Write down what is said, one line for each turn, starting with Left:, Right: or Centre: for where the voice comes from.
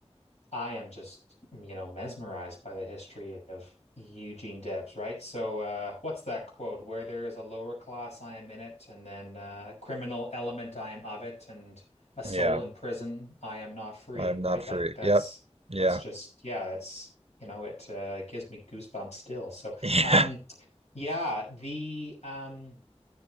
Left: I am just, you know, mesmerized by the history of Eugene Debs, right? So, uh what's that quote? Where there is a lower class, I am in it, and then uh criminal element, I am of it, and a soul
Right: Yeah,
Left: in prison, I am not free,
Right: I'm
Left: right?
Right: not free.
Left: Like that's
Right: Yep. Yeah.
Left: that's just yeah, it's you know, it uh gives me goosebumps still. So,
Right: Yeah.
Left: um
Right: <laughs>
Left: yeah, the um